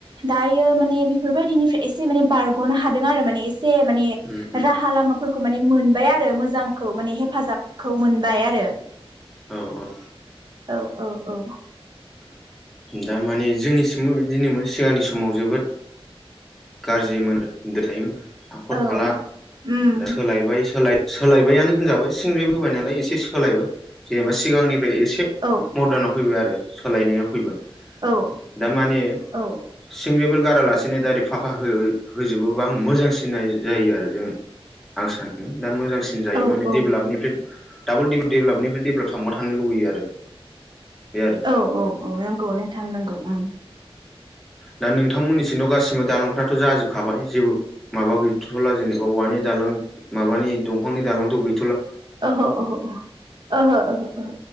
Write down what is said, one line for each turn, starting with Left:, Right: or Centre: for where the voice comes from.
Right: दायो माने बे बेफोरबायदिनिफ्राय एसे माने बारग'नो हादों आरो माने एसे से माने
Centre: उम औ
Right: राहा लामाफोर खौ माने मोनबाय आरो मोजांखौ माने हेफाजाबखौ मोनबाय आरो।
Centre: औ औ।
Right: औ औ औ।
Centre: दा माने जोंनिसिमबो बिदिनो सिगांनि समाव जोबोद गाज्रि मोनदो थायोमोन हाखर
Right: औ
Centre: हाला
Right: उम
Centre: दा सोलायबाय सोलाय सोलायबायानो होनजाबाय सिंग्रिबोबाय नालाय एसे सोलायबाय जेनेबा सिगांनि। ओमफ्राय एसे
Right: औ
Centre: मर्दानाव फैबाय आरो। सोलायनाया फैबाय।
Right: औ
Centre: दामाने
Right: औ
Centre: सिंग्रि गारालासिनो दाइरेक्ट। फाखा हो-हो-होजोबोबा मोजांसिनाय जायो आरो जों आं सानो दा मोजां जांसिन जायो
Right: औ
Centre: माने
Right: औ
Centre: डेभेलापनिफ्राय डाबल डेभेलाप-डेभेलापनिफ्राय डेभेलाप थांबा थानो लुुबैयो आरो। बे आरो
Right: औ औ औ नंगौ नोंथां नंगौ ओम।
Centre: दा नोंथांमोननिसिमथ' गासै फ्राथ' जाजोबखाबाय जेबो माबा गैथ'थ'ला जेनेबा औवानि दालां माबानि दंफांनि दालांथ' गै
Right: ओहो ओहो ओहो ओहो